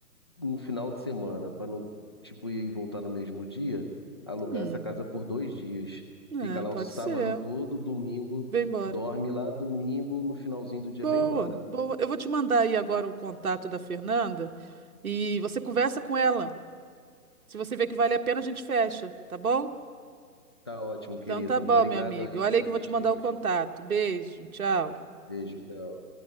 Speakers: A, on the left; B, on the right.
A: no final de semana, para não, tipo, ir e voltar no mesmo dia, alugar
B: Hum,
A: essa casa por dois dias.
B: é,
A: Fica lá
B: pode
A: o sábado
B: ser.
A: todo, domingo,
B: Vem embora.
A: dorme lá, domingo, no finalzinho do dia
B: Boa,
A: vem embora.
B: boa. Eu vou te mandar aí agora o contato da Fernanda e você conversa com ela. Se você vê que vale a pena, a gente fecha, tá bom?
A: Tá ótimo, querida.
B: Então tá bom,
A: Obrigado
B: meu amigo.
A: aí
B: Olha
A: pelas
B: aí que eu vou
A: dicas.
B: te mandar o contato. Beijo, tchau.
A: Beijo.